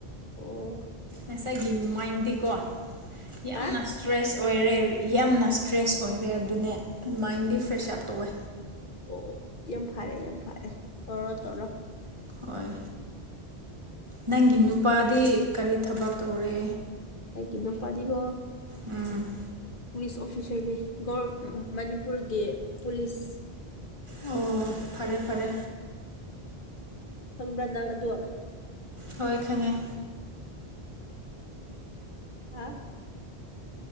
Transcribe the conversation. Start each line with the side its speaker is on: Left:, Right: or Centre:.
Left: ꯑꯣ
Right: ꯅꯁꯥꯏꯒꯤ ꯃꯥꯏꯟꯗꯤꯀꯣ ꯌꯥꯝꯅ
Left: ꯍꯥ
Right: ꯁ꯭ꯇ꯭ꯔꯦꯁ ꯑꯣꯏꯔꯦ ꯌꯥꯝꯅ ꯏꯁ꯭ꯇ꯭ꯔꯦꯁ ꯑꯣꯏꯔꯦ ꯑꯗꯨꯅꯦ ꯃꯥꯏꯟꯗꯤ ꯐ꯭ꯔꯦꯁ ꯑꯞ ꯇꯧꯋꯦ
Left: ꯑꯣ ꯌꯥꯝ ꯐꯔꯦ ꯌꯥꯝ ꯐꯔꯦ ꯇꯧꯔꯣ ꯇꯧꯔꯣ
Right: ꯍꯣꯏ ꯅꯪꯒꯤ ꯅꯨꯄꯥꯗꯤ ꯀꯔꯤ ꯊꯕꯛ ꯇꯧꯔꯦ
Left: ꯑꯩꯒꯤ ꯅꯨꯄꯥꯗꯤꯀꯣ
Right: ꯎꯝ
Left: ꯄꯨꯂꯤꯁ ꯑꯣꯐꯤꯁꯥꯔꯒꯤ <unintelligible> ꯃꯅꯤꯄꯨꯔꯒꯤ ꯄꯨꯂꯤꯁ
Right: ꯑꯣ ꯐꯔꯦ ꯐꯔꯦ
Left: ꯈꯪꯕ꯭ꯔꯥ ꯅꯪ ꯑꯗꯣ
Right: <inaudible> ꯍꯣꯏ ꯈꯪꯉꯦ
Left: ꯍꯥ